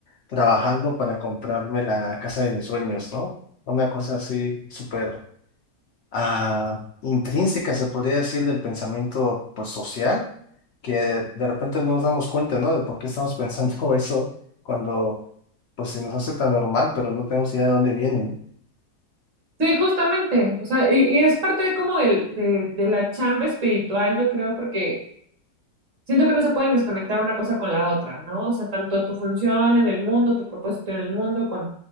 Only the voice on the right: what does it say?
Sí, justamente, o sea, y, y es parte como del- de, de la chamba espiritual, yo creo, porque Siento que no se pueden desconectar una cosa con la otra, ¿no? O sea, tanto tu función en el mundo, tu propósito en el mundo, con